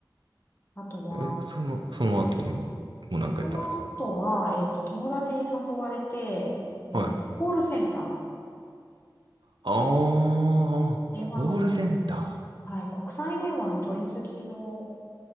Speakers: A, on the left; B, on the right.
A: あとは、
B: え、その、その後にも、もう何かやったんですか
A: この後は、えっと、友達に誘われて、えーコールセンター、
B: はい。ああ、
A: 電話の、
B: コールセンタ
A: はい、国際電話の取り次ぎの